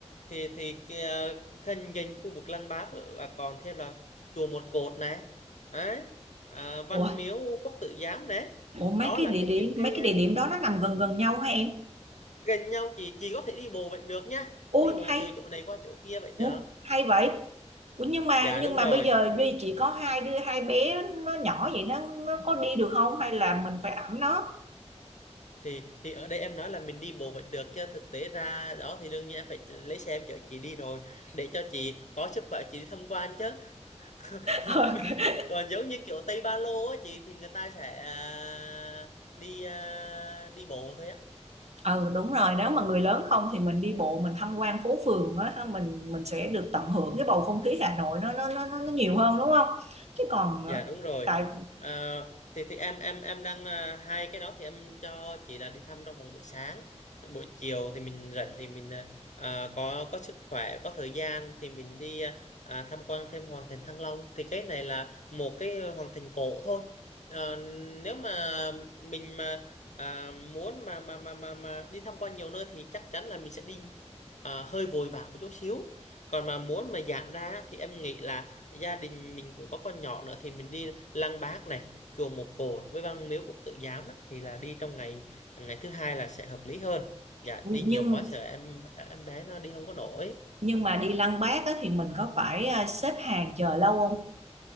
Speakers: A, on the left (about 85°); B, on the right (about 65°).
A: thì thì cái, uh, gần gần khu vực Lăng Bác là còn thêm là chùa Một Cột này. Đấy. À, Văn
B: ủa
A: Miếu Quốc Tử Giám này.
B: Ủa mấy
A: Đó
B: cái
A: là
B: địa
A: cái
B: điểm
A: những cái
B: mấy cái
A: à,
B: địa điểm đó nó nằm gần gần nhau hả em?
A: gần nhau chị chị có thể đi bộ vẫn được nhá
B: Ôi
A: đi bộ
B: hay,
A: từ chỗ này qua chỗ kia vẫn
B: Ủa,
A: được
B: hay vậy. Ủa nhưng mà
A: dạ
B: nhưng
A: đúng
B: mà
A: rồi
B: bây giờ bây chỉ có hai đứa hai bé nó nhỏ vậy nó nó có đi được không hay là mình phải ẵm nó?
A: thì thì ở đây em nói là mình đi bộ vẫn được chứ thực tế ra đó thì đương nhiên em phải lấy xe em chở chị đi rồi để cho chị có sức khỏe chị đi tham quan chứ <laughs>
B: <laughs> Ok.
A: còn giống như kiểu Tây Ba Lô á chị thì người ta sẽ à, đi à, đi bộ thôi á
B: Ừ đúng rồi, nếu mà người lớn không thì mình đi bộ mình tham quan phố phường á ha, mình mình sẽ được tận hưởng cái bầu không khí Hà Nội nó nó nó nó nó nhiều hơn đúng không? Chứ còn
A: dạ
B: ờ,
A: đúng rồi
B: tại
A: à, thì thì em em em đang à, hai cái đó thì em cho chị là đi thăm trong vòng buổi sáng buổi chiều thì mình rảnh thì mình à, à, có có sức khỏe có thời gian thì mình đi à, à, tham quan thêm hoàng thành Thăng Long thì cái này là một cái hoàng thành cổ thôi Ờ, nếu mà mình mà à, muốn mà mà mà mà mà đi tham quan nhiều nơi thì chắc chắn là mình sẽ đi à, hơi vội vã một chút xíu còn mà muốn mà giảm ra á, thì em nghĩ là gia đình mình cũng có con nhỏ nữa thì mình đi Lăng Bác này chùa Một Cột với Văn Miếu Quốc Tử Giám á, thì là đi trong ngày ngày thứ hai là sẽ hợp lý hơn dạ
B: nhưng
A: đi nhiều quá sợ em em bé nó đi không có nổi
B: nhưng mà đi Lăng Bác á thì mình có phải ờ, xếp hàng chờ lâu không?